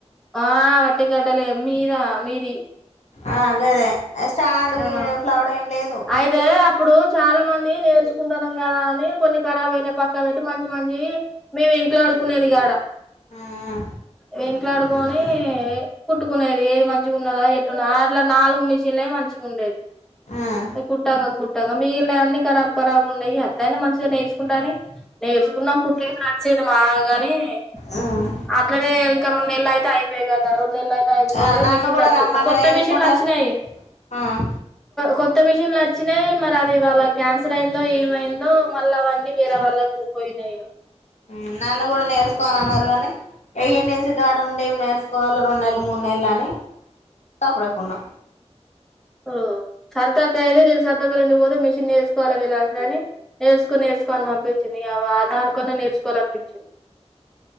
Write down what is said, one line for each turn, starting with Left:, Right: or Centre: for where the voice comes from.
Centre: ఆ వట్టిగడ్డలే మీరా మీది
Left: ఆ గదే స్టాండ్ గీను
Centre: ఆ
Left: ఫ్లవర్ ఏం లేదు
Centre: అయితే అప్పుడు చాలా మంది నేర్ కుంటున్నాం కదా అని కొన్ని ఖరాబ్ అయినా పక్క పెట్టి మంచి మంచివి మేము ఇంట్లా ఆడుకునేది గాడ
Left: మ్మ్
Centre: వెంకలాడుకోని కుట్టుకునేది ఏది మంచిగా ఉండదా ఎట్టున్న అట్లా నాలుగు మిషన్లే మంచిగా ఉండేది
Left: మ్మ్
Centre: కుట్టాంగా కు మీ ఇ న అన్ని కరా ఖరాబ ఉండేయి అట్ అయినా మంచిగా నేర్చుకుంటాను నేర్చుకున్నాం కుట్సు రాచ్చే మాగాని అే
Left: మ్మ్
Centre: త ఎలాయిదయిగా త ర ఉ ఎలాయి అయిపోతే
Left: ఆ నన్ను
Centre: మిషన్లు
Left: కూడా
Centre: వచ్చ
Left: రమ్మన్నది
Centre: కొత్త
Left: ఏడ్చుకుంటా
Centre: మిషన్లు వచ్చినాయి
Left: ఆ
Centre: కొత్త మిషన్లు వచ్చినాయి మరి అ ఇవాళ క్యాన్స్ అసలైందో ఏమైందో మల్లా అవన్నీ వేరే వాళ్ళకుపోయినాయో
Left: మ్మ్ నన్ను కూడా నేర్చుకో అని అన్నారు కానీ వె ఇడ నుంచి గాడ ఉండే ఏం నేర్సుకోవాలి రెన్ నెల్ మూన్ నెల్లని తప్పుడు ఎకున్నా
Centre: మ్మ్ సరదాగా అయితే నేను సరదా్గా రండిపోతే మిషన్ నేర్చుకోవాలి విలాని నేర్చుకుని నేర్చకోని మ ది వచ్చింది కదా ఆ దానికన్న నేర్చ్ కోలాల్ పిచ్చ